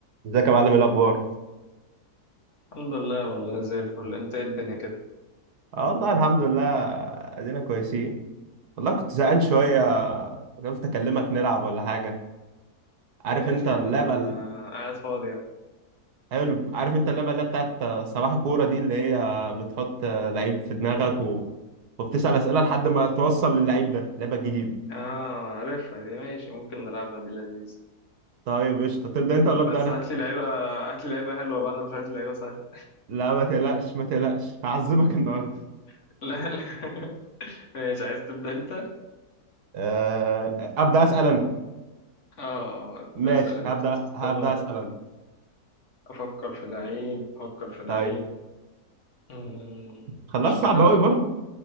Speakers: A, on the right; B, on the left.
A: ازيك يا معلم ايه الاخبار
B: الحمد لله والله زي الفل انت ايه الدنيا كده
A: اه والله الحمد لله ادينا كويسين والله كنت زهقان شويه قلت اكلمك نلعب ولا حاجه عارف
B: ماشي
A: انت اللعبه
B: يا عم انا
A: ال-
B: قاعد فاضي يعني
A: حلو عارف انت اللعبه اللي هي بتاعت صباح كوره دي اللي هي بتحط لعيب في دماغك و... وبتسال اسئله لحد ما توصل للعيب ده لعبه جديده
B: اه عارفها دي ماشي ممكن نلعبها دي لذيذ
A: طيب قشطه تبدا انت ولا ابدا
B: بس
A: انا
B: هات لي لعيبه هات لي لعيبه حلوه بقى انا مش عايز لعيبه سهله
A: لا ما تقلقش ما تقلقش هعذبك <laughs> النهارده
B: <laughs> لا لا <laughs> ماشي عايز تبدا انت اه
A: أه... ابدا اسال انا
B: اه، ابدا
A: ماشي
B: اسال انت
A: هبدا
B: بس استنى
A: هبدا اسال انا
B: افكر في لعيب افكر في لعيب
A: طيب
B: مم،
A: خلاص
B: مشكله
A: صعب قوي برضه